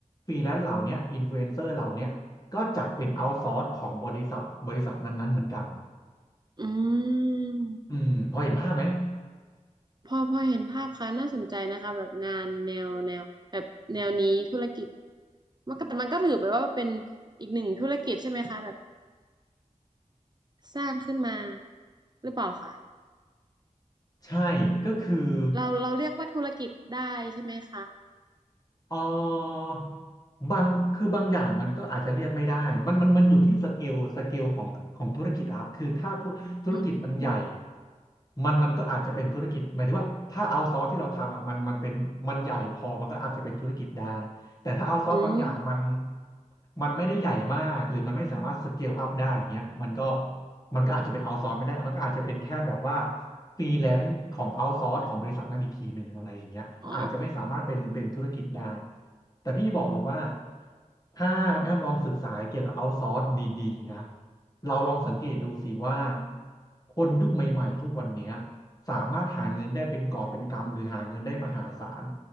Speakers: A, on the left; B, on the right.
A: ฟรีแลนซ์เหล่าเนี้ยอินฟลูเอนเซอร์เหล่าเนี้ยก็จัดเป็นเอาท์ซอร์สของบริษัทบริษัทนั้นๆเหมือนกัน
B: อืม
A: อืมพอเห็นภาพไหม
B: พอพอเห็นภาพค่ะน่าสนใจนะคะแบบงานแนวแนวแบบแนวนี้ธุรกิจมันก็แต่มันก็ถือไปว่าเป็นอีกหนึ่งธุรกิจใช่ไหมคะแบบสร้างขึ้นมาหรือเปล่าคะ
A: ใช่ก็คือ
B: เราเราเรียกว่าธุรกิจได้ใช่ไหมคะ
A: เออบางคือบางอย่างมันก็อาจจะเรียกไม่ได้มันมันมันอยู่ที่สเกลสเกลของของธุรกิจอะครับคือถ้าพูดธุรกิจมันใหญ่
B: อืม
A: มันมันก็อาจจะเป็นธุรกิจหมายถึงว่าถ้าเอาซอสที่เราทำอ่ะมันมันเป็นมันใหญ่พอมันก็อาจจะเป็นธุรกิจได้ แต่ถ้าเอาซอสบางอย่างมัน
B: อืม
A: มันไม่ได้ใหญ่มากหรือมันไม่สามารถสเกลอัพได้อย่างเงี้ยมันก็มันก็อาจจะเป็นเอาซอสไม่ได้ มันก็อาจจะเป็นแค่แบบว่าฟรีแลนซ์ของเอาซอสของบริษัทนั้นอีกทีหนึ่งอะไรอย่างเงี้ยมันอาจจะไม่สามารถเป็นเป็นธุรกิจได้
B: อ๋อ
A: แต่พี่บอกเลยว่าถ้าน้องแอมลองศึกษาเกี่ยวกับเอาซอสดีๆนะเราลองสังเกตดูสิว่าคนยุคใหม่ๆทุกวันเนี้ยสามารถหาเงินได้เป็นกอบเป็นกำหรือหาเงินได้มหาศาล